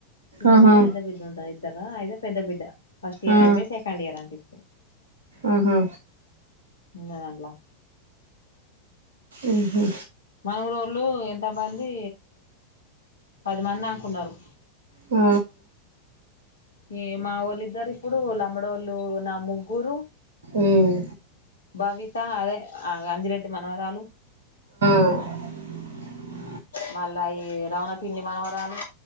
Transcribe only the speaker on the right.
ఆహా
ఆ
ఆహా
ఉహు
ఆ
ఉమ్
అబ్బా